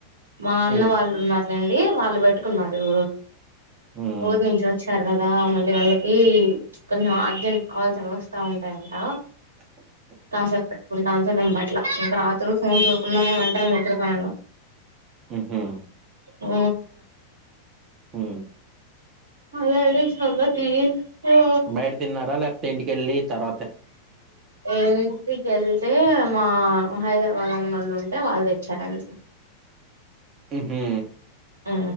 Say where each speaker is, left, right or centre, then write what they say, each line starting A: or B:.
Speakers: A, on the right; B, on the right.
A: మా అన్న
B: మ్మ్
A: వాళ్ళు ఉన్నరులేండి వాళ్ళు బె పెట్టుకున్నారూ
B: మ్మ్
A: ఊరు నించి ఒచ్చారు కదా మళ్ళీ వాళ్ళకీ కొంచెం అర్జెంట్ కాల్స్ అ ఒస్తా ఉంటాయంట
B: <inaudible>
A: కాసెప్ పెట్టుకుంటా అం పట్ల ఇంకా రాత్రోడు ఫోన్ చూడకుండానే ఒంటరిగా నిద్రపోయాను
B: ఉహు
A: ఊ
B: హు
A: అదండి నత్ ఈ ఊ
B: బయట తిన్నారా లేకపోతే ఇంటికి ఎళ్ళి తర
A: ఈన్టీకెళ్తె మా హైద వాళ్ళన్నోల్లుంటే వాళ్ళు తెచ్చారండి
B: ఉహు
A: ఆ